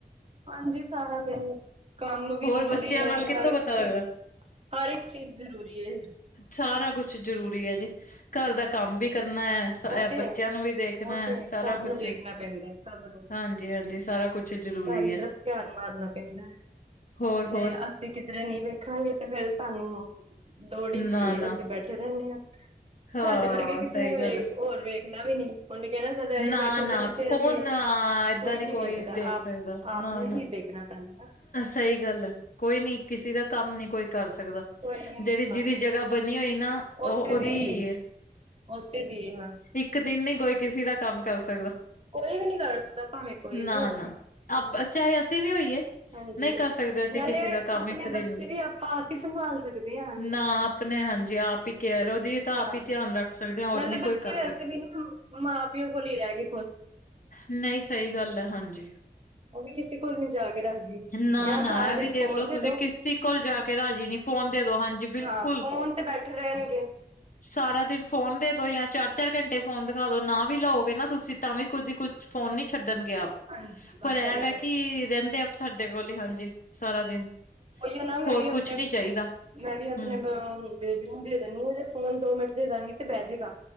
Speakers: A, on the right; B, on the left.
A: ਹਾਂਜੀ ਸਾਰਾ ਦਿਨ, ਕੰਮ ਵੀ
B: ਹੋਰ
A: ਜ਼ਰੂਰੀ
B: ਬੱਚਿਆਂ
A: ਨੇ,
B: ਨਾਲ ਕਿੱਥੋਂ
A: ਹਰ ਇੱਕ
B: ਪਤਾ
A: ਚੀਜ਼
B: ਲੱਗਦਾ
A: ਹਰ ਇੱਕ ਚੀਜ਼ ਜ਼ਰੂਰੀ ਹੈ।
B: ਸਾਰਾ ਕੁਛ ਜਰੂਰੀ ਹੈ, ਜੀ ਘਰ ਦਾ ਕੰਮ ਵੀ ਕਰਨਾ ਹੈ।
A: ਉਹ ਤੇ
B: ਬੱਚਿਆਂ ਨੂੰ ਵੀ ਦੇਖਣਾ
A: ਉਹ
B: ਹੈ,
A: ਤੇ
B: ਸਾਰਾ
A: ਸਭ ਨੂੰ
B: ਕੁਛ
A: ਵੇਖਣਾ ਪੈਂਦਾ ਹੈ ਸਭ ਨੂੰ
B: ਹਾਂਜੀ-ਹਾਂਜੀ ਸਾਰਾ ਕੁਛ ਜ਼ਰੂਰੀ
A: ਸਾਰੀ
B: ਹੈ।
A: ਤਰਫ ਧਿਆਨ ਮਾਰਨਾ ਪੈਂਦਾ ਹੈ,
B: ਹੋਰ-ਹੋਰ
A: ਜੇ ਅਸੀਂ ਕਿਧਰੇ ਨਹੀਂ ਵੇਖਾਂਗੇ ਤੇ ਫੇਰ ਸਾਨੂੰ ਲੋੜੀ
B: ਨਾ-ਨਾ
A: ਕੀ ਹੈ ਅਸੀਂ ਬੈਠੇ ਰਹਿੰਦੇ ਹਾਂ,
B: ਹਾਂ
A: ਸਾਡੇ ਵਰਗੇ ਕਿਸੇ
B: ਸਹੀ
A: ਨੇ ਹੋਏ।
B: ਗੱਲ ਹੈ
A: ਹੋਰ ਵੇਖਣਾ ਵੀ ਨੀ, ਉਹਨੇ ਕਹਿਣਾ ਜਦ ਅਸੀ
B: ਨਾ
A: ਬੈਠੇ
B: ਨਾ
A: ਦੇ ਨੇ ਤੇ
B: ਕੌਣ
A: ਅਸੀਂ
B: ਏਦਾਂ
A: ਕੋਈ ਨੀ ਵੇਖਦਾ,
B: ਦੇਖ
A: ਆਪ
B: ਸਕਦਾ
A: ਆਪ
B: ਨਾ
A: ਨੂੰ
B: ਨਾ
A: ਹੀ ਦੇਖਣਾ। <unintelligible>
B: ਸਹੀ ਗੱਲ ਹੈ, ਕੋਈ ਨੀ ਕਿਸੇ ਦਾ ਕੰਮ ਨੀ ਕੋਈ ਕਰ ਸਕਦਾ।
A: ਕੋਈ ਵੀ
B: ਜਿਹੜੀ
A: ਨੀ
B: ਜਿਹਦੀ
A: ਹਾਂ
B: ਜਗ੍ਹਾ ਬਣੀ ਹੋਈ ਨਾ ਉਹ
A: ਉਸੇ
B: ਉਹਦੀ
A: ਦੀ
B: ਈ ਐ,
A: ਉਸੇ ਦੀ ਹਾਂ,
B: ਇੱਕ ਦਿਨ ਨੀ ਕੋਈ ਕਿਸੇ ਦਾ ਕੰਮ ਕਰ ਸਕਦਾ।
A: ਕੋਈ ਵੀ ਨੀ ਕਰ ਸਕਦਾ, ਭਾਵੇਂ ਕੋਈ
B: ਨਾ
A: ਵੀ ਹੋਵੇ।
B: ਨਾ
A: ਹੂੰ,
B: ਆਪ ਚਾਹੇ ਅਸੀਂ ਵੀ ਹੋਈਏ।
A: ਹਾਂਜੀ,
B: ਨਹੀਂ ਕਰ ਸਕਦੇ, ਅਸੀਂ
A: ਨਾਲੇ
B: ਕਿਸੇ ਦਾ ਕੰਮ
A: ਆਪਣੇ
B: ਇੱਕ ਦਿਨ
A: ਬੱਚੇ
B: ਵੀ
A: ਆਪਾਂ ਆਪ ਹੀ ਸੰਭਾਲ ਸਕਦੇ ਹਾਂ।
B: ਨਾ, ਆਪਣੇ ਹਾਂਜੀ ਆਪ ਹੀ ਕੇਅਰ ਉਹਦੀ ਤਾਂ
A: ਹਾਂ,
B: ਆਪ ਹੀ ਧਿਆਨ ਰੱਖ ਸਕਦੇ ਹਾ, ਹੋਰ
A: ਨਾਲੇ
B: ਨੀ
A: ਬੱਚੇ
B: ਕੋਈ ਕਰ
A: ਵੈਸੇ
B: ਸਕਦਾ।
A: ਵੀ ਨਾ ਮਾਂ ਪਿਓ ਕੋਲ ਹੀ ਰਹਿਗੇ।
B: ਨਹੀਂ ਸਹੀ ਗੱਲ ਹੈ ਹਾਂਜੀ।
A: ਉਹ ਵੀ ਕਿਸੇ ਕੋਲ ਨੀ ਜਾ ਕੇ ਰਾਜ਼ੀ
B: ਨਾ
A: ਜਾਂ
B: ਨਾ
A: ਸਾਰਾ
B: ਇਹ ਵੀ
A: ਦਿਨ
B: ਦੇਖਲੋ,
A: ਫੋਨ ਦੇ
B: ਤੁਸੀਂ
A: ਦੋ
B: ਕਿਸੀ ਕੋਲ ਜਾ ਕੇ ਰਾਜੀ ਨੀ, ਫੋਨ ਦੇ ਦੋ ਹਾਂਜੀ ਬਿਲਕੁਲ
A: ਹਾਂ ਫੋਨ ਤੇ ਬੈਠੇ ਰਹਿਣਗੇ
B: ਸਾਰਾ ਦਿਨ ਫੋਨ ਦੇ ਦੋ ਜਾਂ ਚਾਰ-ਚਾਰ ਘੰਟੇ ਫੋਨ ਦਿਖਾ ਦੋ ਨਾ, ਵੀ ਲਾਓਗੇ, ਨਾ ਤੁਸੀਂ ਤਾਂ ਵੀ ਕੋਦੀ ਕੁਛ ਫੋਨ ਨਹੀਂ ਛੱਡਣਗੇ, ਆਪ
A: ਹਾਂਜੀ ਬਸ
B: ਪਰ ਐ
A: ਇਹੀ
B: ਵ
A: ਗੱਲ
B: ਕਿ ਰਹਿੰਦੇ ਆ ਸਾਡੇ ਕੋਲ ਹੀ ਹਾਂਜੀ ਸਾਰਾ ਦਿਨ
A: ਉਹੀ ਹੈ ਨਾ ਮੈਂ
B: ਹੋਰ
A: ਵੀ ਆਪਣੇ
B: ਕੁਛ ਨੀ ਚਾਹੀਦਾ
A: ਮੈਂ ਵੀ ਆਪਣੇ
B: ਹੂੰ।
A: ਵੇ ਦੇ ਦਿੰਦੀ ਫੋਨ ਦੋ ਮਿੰਟ ਦੇ ਦਵਾਂਗੇ ਤੇ ਬਹਿ ਜਾਏਗਾ।